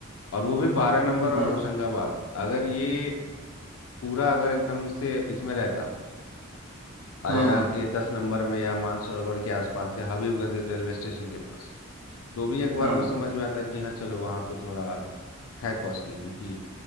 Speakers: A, on the left (about 75°); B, on the right (about 80°).
A: और वो भी बारह नंबर और
B: हाँ
A: होशंगाबाद अगर ये पूरा अगर एकदम से इसमें रहता अरेरा
B: हाँ हाँ
A: के दस नंबर में या मानसरोवर के आसपास या हबीबगंज रेलवे स्टेशन के पास तो भी अखबार
B: हाँ
A: को
B: हाँ
A: समझ में आता है कि हाँ चलो वहाँ पे थोड़ा है कॉस्टली क्योंकि